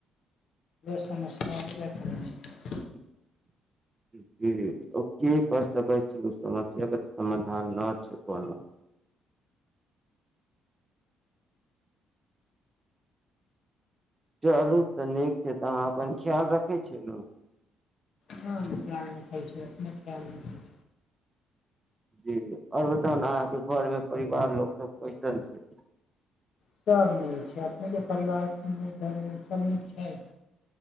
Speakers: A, on the left; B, on the right.
A: समस्या होबे करैछै
B: <unintelligible> जी ओ की कर सकै छियै ओ समस्या के तऽ समाधान न छै कोनो <unintelligible> चलू तऽ नीक छै तऽ अहाँ अपन ख्याल रखै छियै न
A: ह ख्याल रखै छै अपने ख्याल रखै
B: जी आओर बताउ ने अहाँके घरमे परिवार लोक सब कइसन छै
A: सभ नीक छै अपनेके परिवारमे घरमे सभ नीक छै